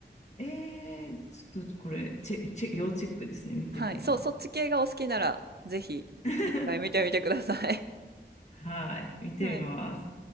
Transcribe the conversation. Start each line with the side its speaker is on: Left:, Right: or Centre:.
Left: ええ、ちょっとこれ、チェ、チェ、要チェックですね。見てきます。
Right: はい。そう、そっち系がお好きなら、ぜひ、
Left: <laughs>
Right: 一回見てみてください。
Left: はい、見てみます。
Right: <laughs> はい。